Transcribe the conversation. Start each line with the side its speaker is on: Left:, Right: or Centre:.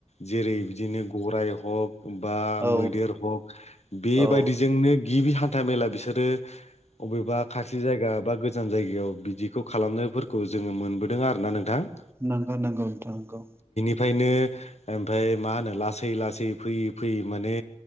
Left: जेरै बिदिनो गराय हक बा
Right: औ
Left: मैदेर हक बेबायदिजोंनो
Right: औ
Left: गिबि हान्था मेला बिसोरो अबेबा खाथि जायगा बा गोजान जायगायाव बिदिखौ खालामनायफोरखौ जोङो मोनबोदों आरोना नोंथां ।
Right: नांगौ नांगौ नोंथां नंगौ
Left: ओमफ्राय ओमफाय मा होनो लासै लाै फैयै फैयै माने